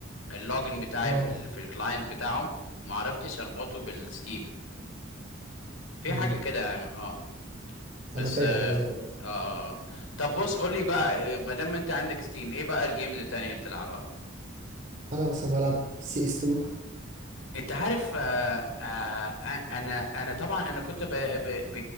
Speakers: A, on the left; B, on the right.
A: اللوجن بتاعي
B: اه
A: في ال في الكلاينت بتاعهم ما عرفتش اربطه بالستيم في
B: مم.
A: حاجه كده يعني اه بس
B: أنا فاكر
A: آه,
B: حاجة زي كده
A: آه طب بص قول لي بقى آه، ما دام انت عندك ستيم ايه بقى الجيمز التانية اللي بتلعبها
B: أنا مثلا بلعب سي اس 2
A: انت عارف آه آه آه، انا انا طبعا انا كنت ب ب ب